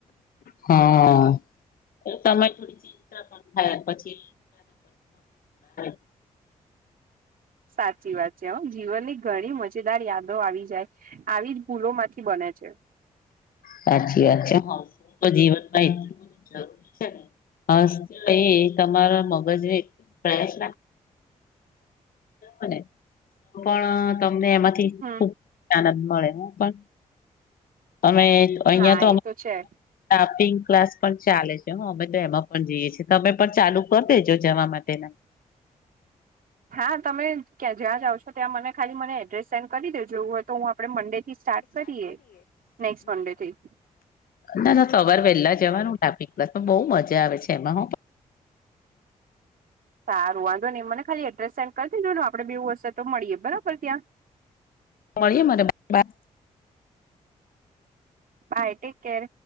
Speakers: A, on the left (about 65°); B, on the right (about 60°).
A: હા એ તમે <inaudible> થાય પછી <unintelligible>
B: સાચી વાત છે હ જીવનની ઘણી મજેદાર યાદો આવી જાય આવી જ ભૂલો માંથી બને છે
A: સાચી વાત છે હા તો જીવનમાં કાઈ જરૂરી છે ને હે એ તમારા મગજ નેે ફ્રેશ અને પણ તમને એમાંથી
B: હમ.
A: ખુબ આનંદ મળે પણ તમે અહિયા
B: હા
A: તો અમ
B: એ તો છે
A: લાફીંગ ક્લાસ પણ ચાલે છે હ અમે એમાં પણ જઈએ તમે પણ ચાલુ કરી દેજો જવા માટેના
B: હા તમે કયા જ્યાં જાવ છો ત્યાં મને ખાલી મને એડ્રેસ સેન્ડ કરી દેજો વો તો હું આપણેે મંડેથી સ્ટાર્ટ કરીએ નેક્સ્ટ મંડેથી
A: ના ના સવાર વહેલા જવાનું લફિંગ કલાસમાં બહુ મજા આવે છે એમાં હ
B: સારું વાંધો નહી મને ખાલી એડ્રેસ સેન્ડ કરી દેજોને આપણે બેવ એવું હશે તો મળીએ બરાબર ત્યાં
A: મળીએ મને બા
B: બાય ટેક કેર